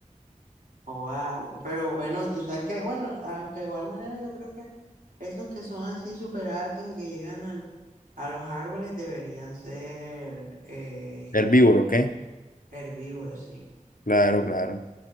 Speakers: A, on the right (about 85°); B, on the left (about 80°).
A: wow. Pero bueno, tú sabes que, bueno, aunque de igual manera yo creo que esos que son así súper altos y que llegan al- a los árboles deberían ser eh,
B: Herbívoros, ¿qué?
A: herbívoros, sí.
B: Claro, claro.